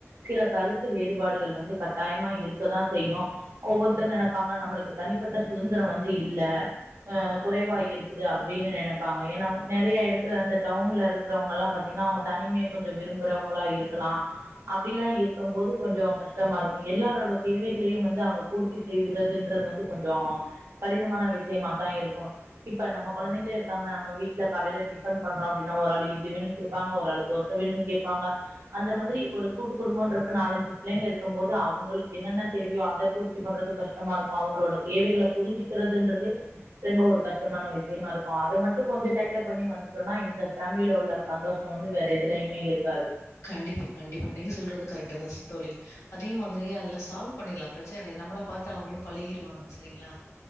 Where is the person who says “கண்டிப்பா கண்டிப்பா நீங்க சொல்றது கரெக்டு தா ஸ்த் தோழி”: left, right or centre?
Left